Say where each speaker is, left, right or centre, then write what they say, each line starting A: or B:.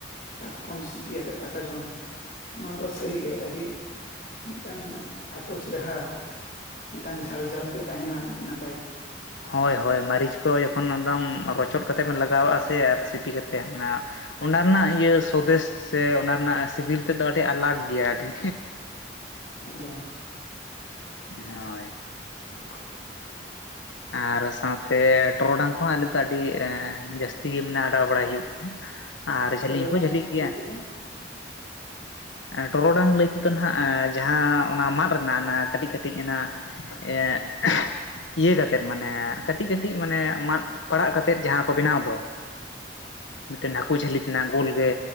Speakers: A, on the left (about 50°); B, on the left (about 85°).
A: ᱠᱟᱴᱠᱚᱢ ᱥᱤᱯᱤᱭᱟᱛᱮ ᱫᱟᱠᱟ ᱡᱚᱢ ᱱᱚᱣᱟ ᱫᱚ ᱥᱟᱹᱨᱤ ᱜᱮ ᱟᱹᱰᱤ ᱢᱤᱫᱴᱟᱝ ᱮᱛᱚ ᱪᱤᱨᱦᱟ ᱢᱤᱫᱴᱟᱝ ᱡᱷᱟᱞ ᱡᱷᱟᱞ ᱠᱚ ᱛᱟᱦᱮᱱᱟ ᱟᱹᱰᱤ ᱱᱟᱯᱟᱭ <unintelligible>
B: ᱦᱚᱭ ᱦᱚᱭ ᱢᱟᱹᱨᱤᱪ ᱠᱚ ᱡᱚᱠᱷᱚᱱ ᱮᱠᱫᱚᱢ ᱨᱚᱪᱚᱫ ᱠᱟᱛᱮ ᱵᱮᱱ ᱞᱟᱜᱟᱣᱟᱜᱼᱟ ᱥᱮ ᱟᱨ ᱥᱤᱯᱤ ᱠᱟᱛᱮᱫ ᱚᱱᱟ ᱚᱱᱟ ᱨᱮᱱᱟᱜ ᱤᱭᱟᱹ ᱥᱚᱫᱮᱥ ᱥᱮ ᱚᱱᱟ ᱨᱮᱱᱟᱜ ᱥᱤᱵᱤᱞ ᱛᱮᱫᱚ ᱟᱹᱰᱤ ᱟᱞᱟᱠ ᱜᱮᱭᱟ ᱟᱹᱰᱤ
A: ᱮᱠᱫᱚᱢ
B: ᱦᱳᱭ
A: <unintelligible>
B: ᱟᱨ ᱥᱟᱶᱛᱮ ᱴᱚᱨᱚᱰᱟᱝ ᱠᱚᱦᱚᱸ ᱟᱞᱮ ᱫᱚ ᱟᱹᱰᱤ ᱡᱟᱹᱥᱛᱤ ᱜᱮ ᱢᱮᱱᱟᱜ ᱟᱰᱟᱣ ᱵᱟᱲᱟᱭ ᱦᱩᱭᱩᱜ ᱜᱮᱭᱟ ᱟᱨ ᱡᱷᱟᱹᱞᱤ
A: ᱴᱚᱨᱚᱰᱟᱝ
B: ᱦᱚᱸᱠᱚ ᱡᱷᱟᱹᱞᱤᱜ ᱜᱮᱭᱟ
A: ᱞᱟᱹᱭ ᱠᱮᱫᱟ
B: ᱴᱚᱨᱚᱰᱟᱝ ᱞᱟᱹᱭ ᱛᱮᱫᱚ ᱦᱟᱸᱜ ᱡᱟᱦᱟᱸ ᱚᱱᱟ ᱢᱟᱫ ᱨᱮᱱᱟᱜ ᱚᱱᱟ ᱠᱟᱹᱴᱤᱡ ᱠᱟᱹᱴᱤᱡ ᱚᱱᱟ ᱮᱜ ᱤᱭᱟᱹ ᱠᱟᱛᱮᱫ ᱢᱟᱱᱮ ᱠᱟᱹᱴᱤᱡ ᱠᱟᱹᱴᱤᱡ ᱢᱟᱱᱮ ᱢᱟᱫ ᱯᱟᱲᱟᱜ ᱠᱟᱛᱮᱫ ᱡᱟᱦᱟᱸ ᱠᱚ ᱵᱮᱱᱟᱣ ᱫᱚ ᱢᱤᱫᱴᱮᱱ ᱦᱟᱹᱠᱩ ᱡᱷᱟᱹᱞᱤ ᱛᱮᱱᱟᱜ ᱜᱳᱞ ᱜᱮ